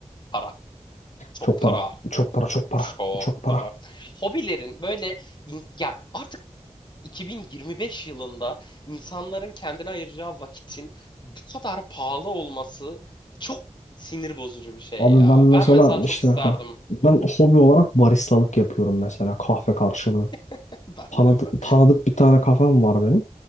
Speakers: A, on the left; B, on the left.
A: para. Çok
B: Çok
A: para.
B: para. Çok para, çok para.
A: Çok
B: Çok para.
A: para. Hobilerin böyle in- ya artık 2025 yılında insanların kendine ayıracağı vakitin bu kadar pahalı olması çok sinir bozucu bir şey
B: Abi
A: ya.
B: ben mesela
A: Ben mesela çok
B: işte
A: isterdim.
B: ha, ben hobi olarak baristalık yapıyorum mesela kahve karşılığı.
A: <laughs> Ben
B: Tanıdık,
A: de
B: tanıdık bir tane kafem var benim.